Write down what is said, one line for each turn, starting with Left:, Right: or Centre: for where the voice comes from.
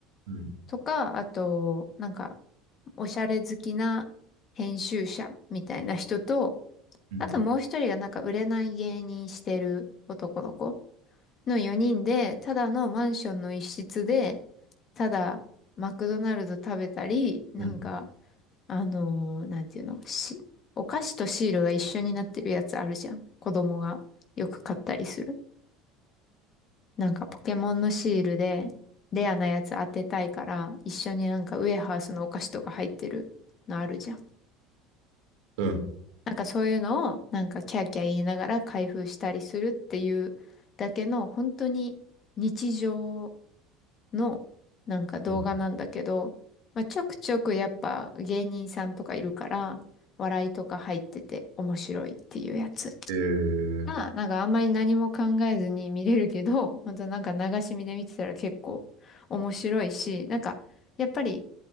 Right: うん、
Left: とか、あと、なんかおしゃれ好きな編集者みたいな人と、
Right: うん、
Left: あともう一人がなんか売れない芸人してる男の子の4人で、ただのマンションの一室で、ただマクドナルド食べたり、なんか
Right: うん、
Left: あのーなんていうの、し、お菓子とシールが一緒になってるやつあるじゃん。子供がよく買ったりする。なんかポケモンのシールでレアなやつ当てたいから、一緒になんかウエハースのお菓子とか入ってるのあるじゃん。
Right: うん、
Left: なんかそういうのをなんかキャーキャー言いながら開封したりするっていうだけの本当に日常の、なんか動画なんだけど、
Right: うん。
Left: まあ、ちょくちょくやっぱ芸人さんとかいるから、笑いとか入ってて面白いっていうやつ
Right: えー、
Left: が、なんかあんまり何も考えずに見れるけど、本当なんか流し見で見てたら結構面白いし、なんかやっぱり